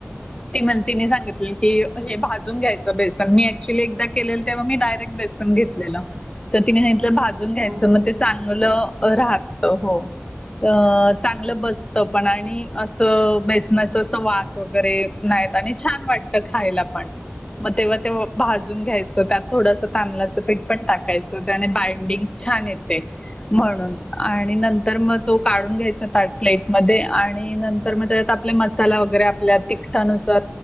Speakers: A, on the left (about 20°); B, on the right (about 20°).
A: तिनंतिनी सांगितलेलं की हे भाज भाजून घ्यायचं बेसन मी ऍक्च्युली एकदा केलेलं तेव्हा मी डायरेक्ट बेसन घेतलेल तर तिने सांगितलं
B: हा हा
A: जो ते भाजून घ्यायचं
B: भाजायचं
A: मग ते चांगलं
B: का हा हा.
A: राहत हो. अ चांगलं बसत पण आणि असं बेसनाच अस वास वगैरे नाही येत आणि छान वाटत खायला पण.
B: हो
A: मग तेव्हा
B: मस्त
A: ते
B: लागत
A: भाजून घ्यायचं त्यात थोडंस तादल्याचं पीट पण टाकायचं त्याने बाइंडिंग छान येते. म्हणून आणि नंतर मग तो काढून घ्यायचा ताट प्लेटमध्ये आणि नंतर मग ते आपले मसाला वगैरे आपल्या तिखटानुसार